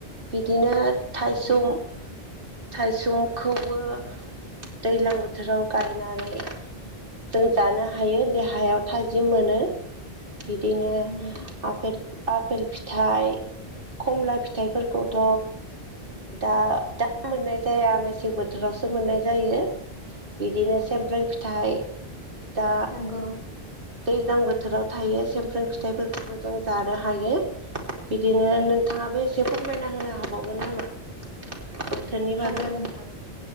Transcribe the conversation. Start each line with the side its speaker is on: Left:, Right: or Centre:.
Right: बिदिनो। थाइसुम।
Left: उम
Right: थाइसुमखौबो दैज्लां बोथोराव गायनानै जों जानो हायो बे हायाव थाजिम मोनो। बिदिनो
Left: नंगौ
Right: आफेल। आफेल फिथाइ, खमला फिथाइफोरखौथ' दा दा मोननाय जाया मेसें बोथोरावसो मोननाय जायो। बिदिनो
Left: उम
Right: सेमफ्रें फिथाइ। दा।
Left: नंगौ
Right: दैज्लां बोथोराव थायो समफ्राम फिथाइफोरखौबो जों जानो हायो बिदिनो नोंथाङाबो एसे फोरमायना होनो हाबावगोन नामा? बोथोरनि बागै।
Left: हागोन नोंथां